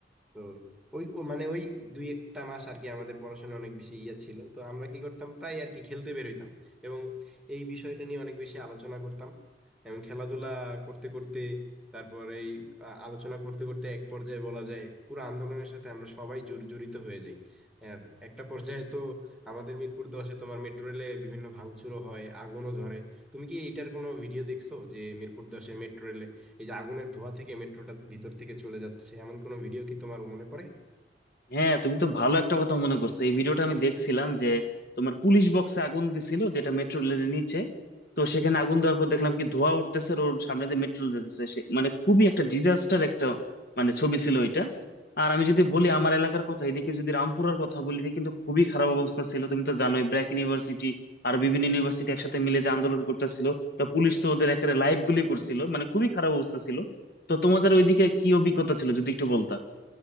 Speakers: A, in the centre; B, on the left.
A: তো ওই ও মানে ওই দুই একটা মাস আর কি আমাদের পড়াশোনা অনেক বেশি ইয়া ছিল তো আমরা কি করতাম প্রায় আর কি খেলতে বেরোইতাম এবং এই বিষয়টা নিয়ে অনেক বেশি আলোচনা করতাম এবং খেলাধুলা করতে করতে তারপর এই আ- আলোচনা করতে করতে এক পর্যায়ে বলা যায় পুরো আন্দোলনের সাথে আমরা সবাই জড়- জড়িত হয়ে যাই আর একটা পর্যায়ে তো আমাদের মিরপুর দশে তোমার মেট্রো রেলে বিভিন্ন ভাঙচুরও হয় আগুনও ধরে তুমি কি এইটার কোনো ভিডিও দেখছো যে মিরপুর দশে মেট্রো এই যে আগুনের ধোঁয়া থেকে মেট্রোটা ভিতর থেকে চলে যাচ্ছে এমন কোনো ভিডিও কি তোমার মনে পড়ে
B: হ্যাঁ তুমি তো ভালো একটা কথা মনে করছো এই ভিডিওটা আমি দেখছিলাম যে তোমার পুলিশ বক্সে আগুন দিছিল যেটা মেট্রো রেলের নিচে তো সেখানে আগুন দেওয়ার পর দেখলাম কি ধোঁয়া উঠতেছে আর ওর সামনে দিয়ে মেট্রো যেতেছে সে- মানে খুবই একটা ডিজাস্টার একটা মানে ছবি ছিল ওইটা আর আমি যদি বলি আমার এলাকার কথা এদিকে যদি রামপুরার কথা বলি এদিকে কিন্তু খুবই খারাপ অবস্থা ছিল তুমি তো জানোই ব্র্যাক ইউনিভার্সিটি আর বিভিন্ন ইউনিভার্সিটি একসাথে মিলে যে আন্দোলন করতেছিল তো পুলিশ তো ওদের একেবারে লাইভ গুলি করছিল মানে খুবই খারাপ অবস্থা ছিল তো তোমাদের ওইদিকে কি অভিজ্ঞতা ছিল যদি একটু বলতা